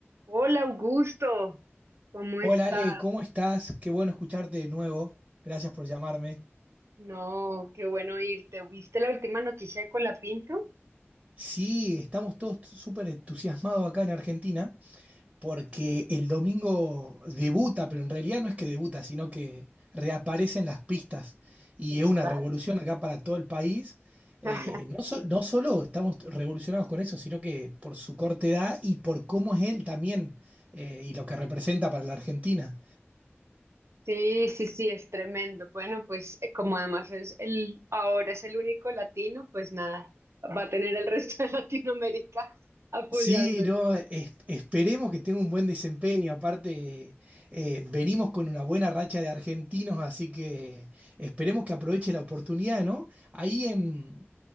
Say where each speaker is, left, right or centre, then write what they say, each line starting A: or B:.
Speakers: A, on the right (about 80°); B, on the right (about 25°).
A: Hola Augusto, ¿cómo
B: Hola
A: está?
B: Ale, ¿cómo estás? Qué bueno escucharte de nuevo. Gracias por llamarme.
A: No, qué bueno irte. ¿Viste la última noticia de Colapinto?
B: Sí, estamos todos t- súper entusiasmados acá en Argentina porque el domingo debuta, pero en realidad no es que debuta, sino que reaparecen las pistas y
A: Exacto.
B: es una revolución acá para todo el país. Eh,
A: <laughs>
B: no, so- no solo estamos revolucionados con eso, sino que por su corta edad y por cómo es él también eh, y lo que representa para la Argentina.
A: Sí, sí, sí, es tremendo. Bueno, pues eh, como además es el, ahora es el único latino, pues nada, va a tener el resto de <laughs> Latinoamérica apoyándolo.
B: Sí, no, es- esperemos que tenga un buen desempeño. Aparte, eh, venimos con una buena racha de argentinos, así que esperemos que aproveche la oportunidad, ¿no? Ahí en,